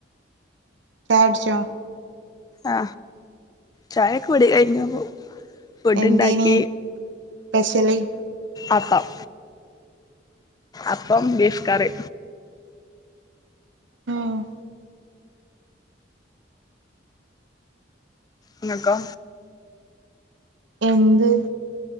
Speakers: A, on the right; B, on the left.
A: ചായട്ചോ
B: ആ ചായ കുടി കഴിഞ്ഞാ പോവും ഫുഡ്
A: എന്തേനി
B: ഉണ്ടാക്കി
A: സ്പെഷ്യല്
B: അപ്പം അപ്പം ബീഫ് കറി
A: മം
B: ഇങ്ങക്കോ
A: എന്ത്?